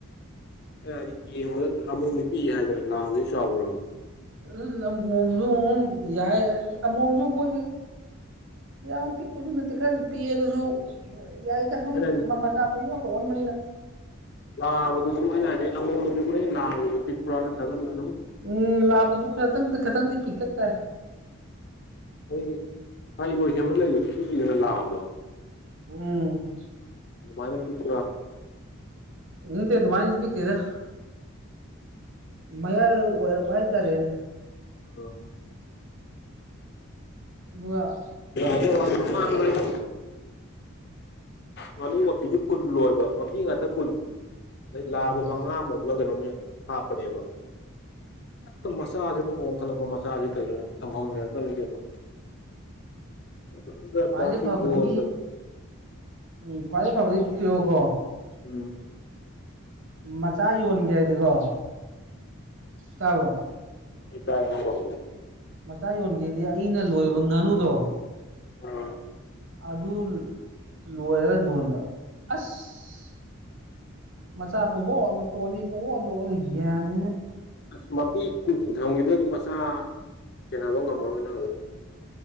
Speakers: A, on the left (about 50°); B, on the right (about 60°).
A: ꯑꯦ ꯍꯥꯏꯗꯤ ꯌꯦꯡꯉꯗ ꯑꯃꯧꯗꯤ ꯄꯤꯛ ꯍꯥꯏꯗꯅ ꯂꯥꯛꯑꯕꯗꯤ ꯆꯥꯎꯕ꯭ꯔꯕ
B: ꯎ ꯑꯃꯣꯝꯁꯨ ꯌꯥꯏ ꯑꯃꯣꯝꯁꯨ ꯑꯩꯈꯣꯏꯒꯤ ꯌꯥꯝꯅ ꯄꯤꯛꯄꯁꯨ ꯅꯠꯇꯦ ꯈꯔꯗꯤ ꯄꯤꯛꯑꯦ ꯑꯗꯨꯁꯨ ꯌꯥꯏꯗ ꯁꯨꯝ
A: ꯑꯩꯅ
B: ꯃꯃꯜꯆꯥꯥ ꯐꯥꯎ ꯑꯣꯠꯇ ꯑꯣꯟꯕꯅꯤꯅ
A: ꯂꯥꯕꯗꯨꯁꯨ ꯃꯣꯏ ꯅꯥꯔꯦ ꯑꯃꯣꯝꯁꯨ ꯀꯨꯅ ꯂꯥꯕ ꯄꯤꯛꯄꯨꯔꯥ ꯅꯠꯇ꯭ꯔꯒ ꯂ
B: ꯎꯝ ꯂꯥꯕꯁꯨ ꯈꯇꯪꯗꯤ ꯈꯤꯇꯪꯗꯤ ꯄꯤꯛꯇꯛ ꯇꯥꯏ
A: ꯑꯣ ꯑꯗꯨ ꯏꯔꯣꯏ ꯁꯦꯝꯕ ꯂꯩꯕꯗꯨ ꯀꯤꯏꯗꯅ ꯂꯥꯛꯑꯕꯗꯣ
B: ꯎꯝ
A: ꯃꯥꯅꯦ ꯄꯤꯊ
B: ꯎꯝꯇ ꯑꯗꯨꯃꯥꯏ ꯄꯤ ꯀꯦꯗ ꯃꯌꯥꯏ ꯑꯣꯏꯕ ꯍꯥꯏꯇꯥꯔꯦꯅꯦ
A: ꯑ
B: ꯑꯗꯨꯒ
A: ꯖ ꯋꯥꯥꯡ ꯉꯥꯅꯨ ꯃꯄꯤꯁꯨ ꯀꯨꯟ ꯂꯣꯏꯕ ꯃꯄꯤ ꯉꯥꯛꯇ ꯀꯨꯟꯅꯤ ꯑꯗꯩ ꯂꯥꯕ
B: ꯎꯝ
A: ꯃꯉꯥꯃꯨꯛꯂ ꯀꯩꯅꯣ ꯍꯥꯞꯄꯅꯦꯕ ꯍꯛꯇ ꯃꯆꯥꯁꯦ ꯃꯣꯏ ꯑꯣꯟꯈꯠꯂꯛꯄ ꯃꯆꯥꯁꯦ ꯀꯩꯅꯣ ꯊꯝꯐꯝꯅꯦꯦꯛꯇꯅꯤ ꯀꯩꯅꯣ ꯃ
B: ꯈ꯭ꯋꯥꯏꯗꯩ
A: ꯄꯁ
B: ꯐꯕꯗꯤ
A: ꯌꯗ
B: ꯎꯝ ꯈ꯭ꯋꯥꯏ ꯐꯕꯗꯤ ꯄꯤꯣꯀꯣ
A: ꯎꯝ
B: ꯃꯆꯥ ꯌꯣꯟꯒꯦ ꯍꯥꯏꯗꯤꯀꯣ ꯇꯥꯕꯣ
A: ꯇ ꯇꯥꯏ ꯍꯥꯏꯔꯛꯑꯣ
B: ꯃꯆꯥ ꯌꯣꯟꯒꯦꯗꯤ ꯑꯩꯅ ꯂꯣꯏꯕ ꯉꯥꯅꯨꯗꯣ
A: ꯑꯁ
B: ꯑꯗꯨ ꯂꯣꯏꯔꯒ ꯌꯣꯟꯕ ꯑꯁ ꯃꯆꯥ ꯄꯨꯕꯣꯗ ꯀꯣꯂꯤ ꯄꯣꯗ ꯑꯣꯂꯤꯒꯅꯤ
A: ꯑꯁ ꯃꯄꯤ ꯀꯨꯟꯊꯝꯒꯤꯗ ꯑꯗꯨꯝ ꯃꯆꯥ ꯁꯦꯟꯅꯕ ꯉꯝꯃꯔꯣꯏꯅꯪ ꯑꯗꯨꯝ